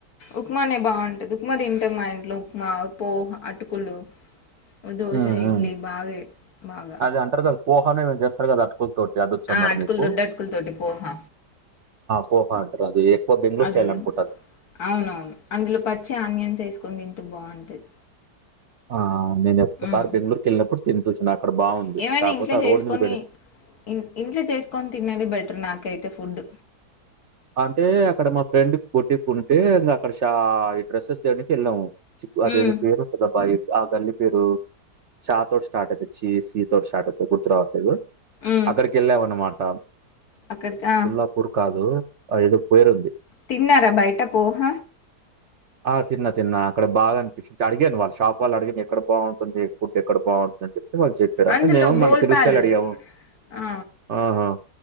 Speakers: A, on the left; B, on the right.
A: ఉప్మానే బాగుంటది ఉప్మా తింటే మా ఇంట్లో ఉప్మా ఉ పోహా అటుకులు దోశ
B: హ్మ్.
A: ఇడ్లీ
B: హ్మ్.
A: బాగా బాగా
B: అది అంటారు కదా పోహానే చేస్తారు కదా అ ల్ తటి అది వచ్చన్నారు
A: ఆ అటుకులు
B: మీకు
A: దొడ్డు అటుకుల తోటి పోహ
B: పోహా అంటారు అది బెంగళూరు
A: అది
B: స్టైల్
A: కూడానా
B: అనుకుంటారు
A: అవునవును అందులో పచ్చి ఆనియన్స్ వేసుకొని తింటూ బాగుంటది
B: ఆ నేను ఒక్కసారి
A: ఉమ్
B: బెంగళూరుకి వెళ్ళినప్పుడు తిని చూచిన అక్కడ బావుంది.
A: ఏమైనా
B: కాకపోతే
A: ఇంట్లో
B: ఆ
A: చేసుకొని
B: రోడ్ మీద పెడి
A: ఇంట్లో చేసుకొని తిన్నేది బెటర్ నాకైతే ఫుడ్
B: ఆంటి తే అక్కడ మా ఫ్రెండ్ కి బొట్టి కు ఉంటే ఇంకా అక్కడ షా ఈ డ్రస్సెస్ దేడానికి వెళ్ళాము. అదే
A: ఉమ్
B: మి పేరుండదా పది ఆ గన్నీ పేరు చాతోటి స్టార్ట్ అయితేచ్చి సీ తోటి స్టార్ట్ అయితే గుర్తురావాలి. దు
A: ఉమ్
B: అక్కడికి వెళ్ళావ అన్నమాట
A: అక్కడికి
B: చి
A: ఆ
B: పల్లా పూర్ కాదు ఐదు పేరు
A: తిన్నారా బయట పోహ?
B: ఆ తిన్న తిన్నా అక్కడ బాగా అనిపించింది అడిగాను వాళ్ళు షా వాల్ళ అడిగిన ఎక్క బాగుంటుంది ఫుడ్ ఎక్కడ బాగుంటుందడి. మాళ చెప్పారు అంటే
A: అందులో
B: మేము
A: బోల్
B: మన తెలుగు
A: పాలలు
B: స్టాల్ అడిగాము
A: ఆ
B: ఆహ